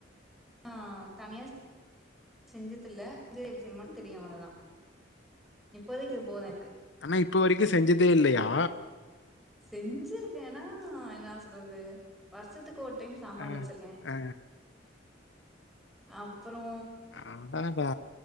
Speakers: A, in the centre; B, on the left.
A: ஆ தனியா செஞ்சதுல்ல இது எப்டி என்னனு தெரியும அவ்ளோதா இப்போதைக்கு இது போது எனக்கு
B: ஆனா இப்ப வரைக்கு செஞ்சதே இல்லையா
A: செஞ்சிருக்கேன்னா என்ன சொல்றது வருஷத்துக்கு ஒரு டைம் சாம்பார்
B: ஆ,
A: வச்சிருக்கே
B: ஆ,
A: அப்பறோ
B: அடாடா